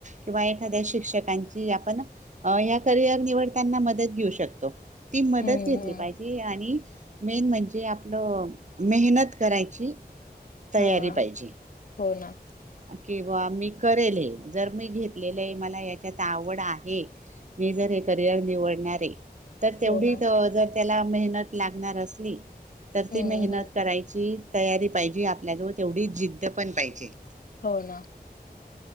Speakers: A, on the right; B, on the left.
A: किंवा एखाद्या शिक्षकांची आपण ह करिअर निवडताना मदत घेऊ शकतो. ती मदत
B: हं,
A: घेतली
B: हं.
A: पाहिजे आणि मेन म्हणजे आपलं मेहनत करायची. तयारी
B: हां.
A: पाहिजे
B: हो ना,
A: किंवा मी करेल आहे जर मी घेतलेलं आहे मला याच्यात आवड आहे मी जर हे करिअर निवडणार ते तर तेवढीच
B: हो ना.
A: जर त्याला मेहनत लागणार असली तर
B: हं,
A: ती मेहनत
B: हं.
A: करायची तयारी पाहिजे आपल्याजवळ तेवढीच जिद्द पण पाहिजे
B: हो ना